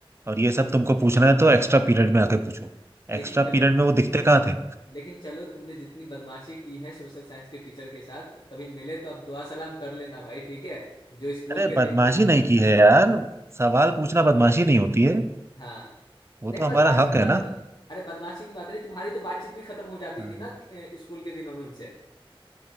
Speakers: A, on the right; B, on the left.
A: और ये सब तुमको पूछना है तो एक्स्ट्रा पीरियड में आके पूछो
B: लेकिन
A: एक्स्ट्रा
B: चलो
A: पीरियड में वो दिखते कहाँ थे
B: लेकिन चलो तुमने जितनी बदमाशी की है सोशल साइंस के टीचर के साथ कभी मिले तो आप दुआ सलाम कर लेना भाई ठीक है जो स्कूल
A: अरे
B: के
A: बदमाशी
B: दिन थे वो स्कूल
A: नहीं की
B: के
A: है
B: दिन
A: यार
B: थे
A: सवाल पूछना बदमाशी नहीं होती है
B: हाँ
A: वो
B: नहीं
A: तो हमारा
B: बदमाशी
A: हक
B: की बात
A: है ना
B: नहीं अरे बदमाशी की बात नहीं तुम्हारी तो बातचीत भी खत्म हो जाती
A: हम्म।
B: थी ना अ, स्कूल के दिनों में उनसे